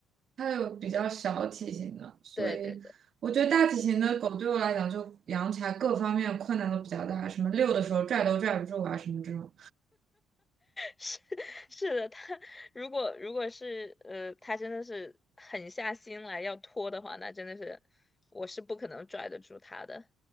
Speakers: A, on the right; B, on the left.
A: 它有比较小体型的，所以我觉得大体型的狗对我来讲就养起来各方面困难都比较大，
B: 对对对。
A: 什么遛的时候拽都拽不住啊，什么这种。
B: 是是的，他如果如果是呃，他真的是狠下心来要拖的话，那真的是我是不可能拽得住他的。